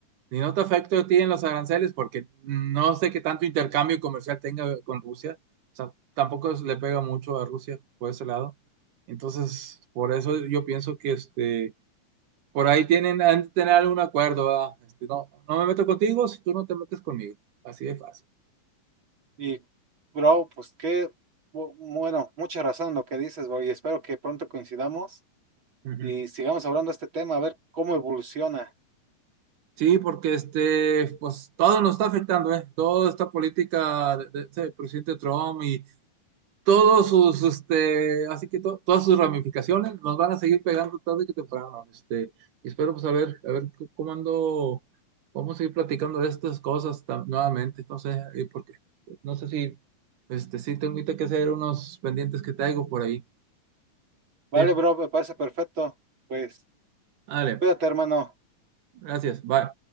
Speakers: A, on the right (about 75°); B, on the right (about 40°).
A: Ni no te afecto a ti en los aranceles porque no sé qué tanto intercambio comercial tenga con Rusia. O sea, tampoco es- le pega mucho a Rusia por ese lado. Entonces, por eso yo pienso que este por ahí tienen, han de tener algún acuerdo, ¿verdad? Este, no, no me meto contigo si tú no te metes conmigo. Así de fácil.
B: Y, bro, pues qué... bu- Bueno, mucha razón en lo que dices, bro, y espero que pronto coincidamos
A: Ujú.
B: y sigamos hablando de este tema, a ver cómo evoluciona.
A: Sí, porque este, pues todo nos está afectando, ¿eh? Toda esta política de- de- del presidente Trump y todos sus, este, así que to- todas sus ramificaciones nos van a seguir pegando tarde que temprano. Este, y espero pues a ver, a ver c- cómo ando, vamos a seguir platicando de estas cosas tam- nuevamente. No sé, ¿y por qué? No sé si, este, sí tengo ahorita que hacer unos pendientes que traigo por ahí.
B: Vale,
A: Sí,
B: bro, me parece perfecto. Pues
A: dale,
B: Cuídate, hermano.
A: gracias, bye.